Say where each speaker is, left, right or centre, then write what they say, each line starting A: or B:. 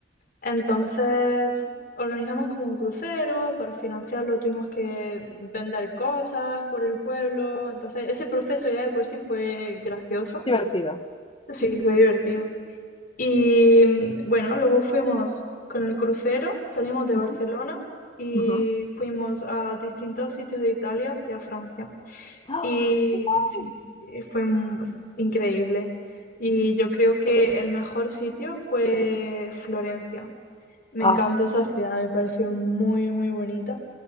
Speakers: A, on the left; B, on the left.
A: Entonces organizamos como un crucero, para financiarlo tuvimos que vender cosas por el pueblo, entonces ese proceso ya de por sí fue gracioso,
B: Divertido.
A: sí, fue divertido. Y mm, bueno, luego fuimos con el crucero, salimos de Barcelona
B: Ujú,
A: y
B: ujú.
A: fuimos a distintos sitios de Italia y a Francia.
B: Ah,
A: Y
B: ay,
A: sí, y fue mm, es increíble. Y yo creo que el mejor sitio fue Florencia, me
B: ah,
A: encantó esa ciudad, me pareció muy, muy bonita.